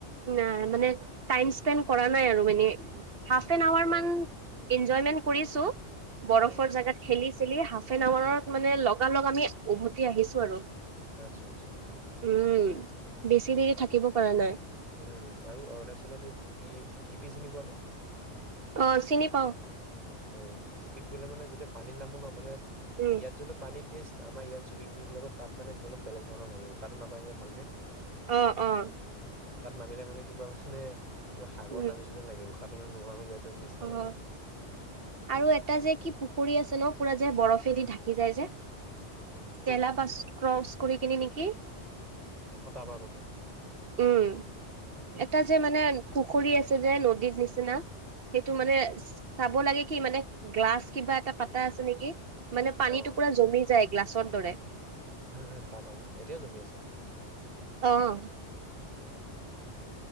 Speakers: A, on the right; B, on the right.
A: ন মানে টাই স্পেণ্ড কৰা নাই আৰু মানে হাফ এন আৱাৰ
B: অ'
A: মান এনজয়মেন্ট কৰিছো বৰফৰ
B: অ' অ'
A: জেগাত খেলি চেলি হাফ এন আৱাৰৰ
B: উম উম উম
A: লগা লগ আমি উভতি আহিছো আৰু।
B: আচ্ছা-আচ্ছা।
A: উম, বেছি দেৰি থাকিব পৰা নাই।
B: উম, আৰু অৰুণাচলত সেই টিপি - টিপি চিনি পোৱা ন?
A: অ, চিনি পাও।
B: অ, টিপিত গলে মানে যেতিয়া পানী নামো ন মানে
A: উম,
B: ইয়াত যোনটো পানীৰ টেষ্ট আমাৰ ইয়াৰ ছুইমিং পুলবিলাক তাত মানে অলপ বেগ ধৰণৰ লাগিব। শাটো নাপায় যে ভালকে
A: অ', অ',
B: তাত নামিলে মানে কিবা মানে কিবা সাগৰ
A: উম,
B: নামি যদি লাগে উশাহটো মানে নোহোৱা হৈ যায় তটো নিচিনা
A: অ',
B: লাগে।
A: আৰু এটা যে কি পুখুৰী আছে ন পুৰা যে বৰফেদি ঢাকি যায় যে?
B: ক'ত?
A: চেলা পাচ ক্ৰছ কৰি কিনি নেকি?
B: কতাবাকত
A: উম, এটা যে মানে পুখুৰী আছে যে নদীৰ নিচিনা। সেইটো মানে চাব লাগে কি মানে গ্লাছ কিবা এটা পাতা আছে নেকি? মানে পানীটো
B: অ'।
A: পুৰা জমি যায় গ্লাছৰ দৰে
B: উম-উম তাত এতিয়াও জুমি আছে।
A: অহ',
B: উম,